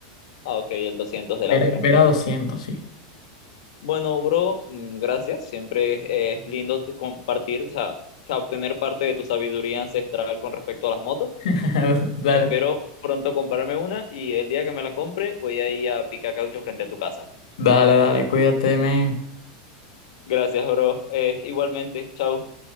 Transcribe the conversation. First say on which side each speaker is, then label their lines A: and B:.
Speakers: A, on the left; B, on the left.
A: Ah, ok, el 200 de
B: Vera,
A: la Vera.
B: Vera doscientos sí.
A: Bueno, bro, mm, gracias. Siempre es lindo te- compartir, o sea, obtener parte de tu sabiduría ancestral con respecto a las motos.
B: <laughs> Dale,
A: Espero pronto comprarme una y el día que me la compre voy a ir a picar caucho frente a tu casa.
B: dale, dale, cuídate, men.
A: Gracias, bro. Eh, igualmente, chao.